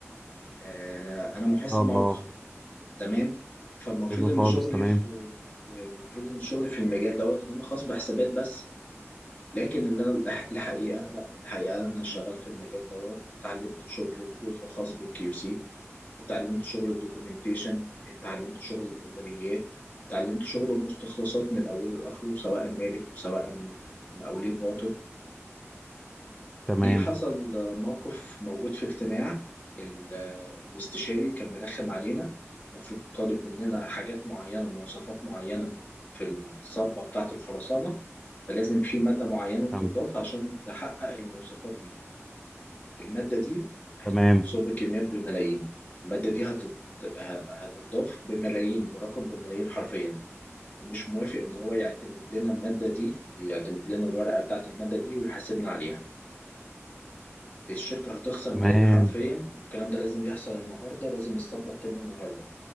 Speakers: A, on the left (about 30°); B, in the centre.
A: آه انا محاسب
B: ان شاء الله
A: موقع تمام فالمفروض
B: حلو
A: ان
B: خالص
A: شغلي
B: تمام
A: في آه، المفروض ان شغلي في المجال دوت ان انا خاص بحسابات بس لكن اللي انا الح- الحقيقه لا الحقيقه انا شغال في المجال دوت اتعلمت شغل جزء خاص بالكيو سي اتعلمت شغل الدوكيومنتيشن اتعلمت شغل الاداريات اتعلمت شغل المستخلصات من اوله لاخره سواء مالك وسواء مقاولين باطن
B: تمام
A: جه حصل موقف موجود في اجتماع ال- الاستشاري كان مرخم علينا المفروض طالب مننا حاجات معينة مواصفات معينة في الصبة بتاعة الخرسانة فلازم في مادة معينة تضاف
B: تمام
A: عشان تحقق المواصفات دي المادة دي احنا
B: تمام
A: كنا بنصب كميات بملايين المادة دي هتت... ه- هتضاف بملايين برقم بملايين حرفيا ومش موافق ان هو يعتمد لنا المادة دي يعتمد لنا الورقة بتاعة المادة دي ويحاسبنا عليها الشركة هتخسر
B: تمام
A: ملايين حرفيا والكلام ده لازم يحصل النهاردة لازم الصفقة تتم النهاردة